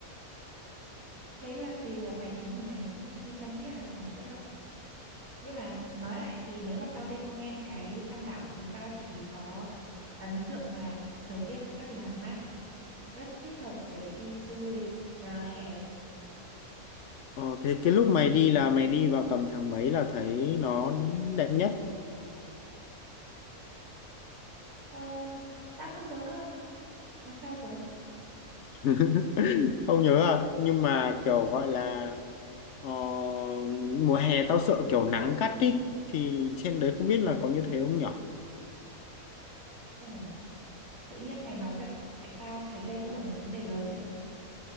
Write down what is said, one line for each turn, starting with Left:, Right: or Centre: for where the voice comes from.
Right: đấy là tùy vào tài chính của mày chứ nhưng tao nghĩ là phòng sẽ rộng nhưng mà nói lại thì nếu mà tao recommend cái Tam Đảo thì tao chỉ có ấn tượng là thời tiết rất là mát rất thích hợp để đi du lịch ờ, hè
Left: ờ, thế cái lúc mày đi là mày đi vào tầm tháng mấy là thấy nó đẹp nhất
Right: ờ, tao không nhớ nữa là sao giờ
Left: <laughs> không nhớ à nhưng mà kiểu gọi là ờ, mùa hè tao sợ kiểu nắng gắt ý thì trên đấy không biết là có như thế không nhở
Right: ừ. tự nhiên mày nói vậy, vậy tao thấy đây cũng là một vấn đề lớn đấy